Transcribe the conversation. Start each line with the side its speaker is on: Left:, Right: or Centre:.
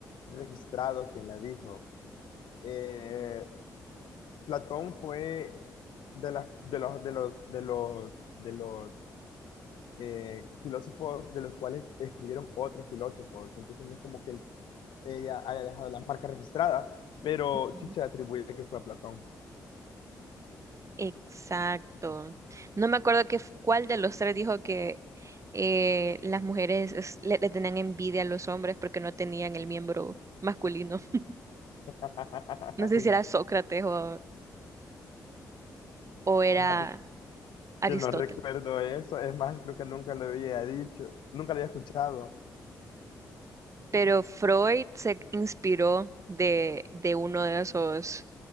Left: registrado quien la dijo. Eh, Platón fue de, las de los, de los, de los, de los eh, filósofos de los cuales escribieron otros filósofos. Entonces no es como que él- ella haya dejado la marca registrada, pero
Right: Ujú.
Left: sí se atribuye que fue a Platón.
Right: Exacto. No me acuerdo qué, f- cuál de los tres dijo que eh, las mujeres es- le, le tenían envidia a los hombres porque no tenían el miembro masculino. <laughs>
Left: <laughs>
Right: No sé si era Sócrates o, o era
Left: Fíjate
Right: Aristóteles.
Left: que no recuerdo eso. Es más, creo que nunca lo había dicho. Nunca lo había escuchado.
Right: Pero Freud se inspiró de, de uno de esos